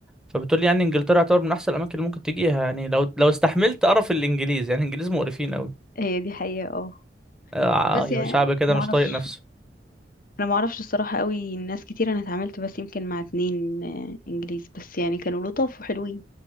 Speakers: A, in the centre; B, on the left.
A: فبتقول لي يعني إنجلترا يعتبر من أحسن الأماكن اللي ممكن تجيها يعني لو لو استحملت قرف الإنجليز يعني الإنجليز مقرفين أوي
B: هي دي حقيقة اه
A: آه،
B: بس
A: أيوة
B: يعني
A: شعب كده
B: ما
A: مش
B: اعرفش
A: طايق نفسه
B: انا ما اعرفش الصراحة قوي ناس كتير انا اتعاملت بس يمكن مع اتنين آه، انجليز بس يعني كانوا لطاف وحلوين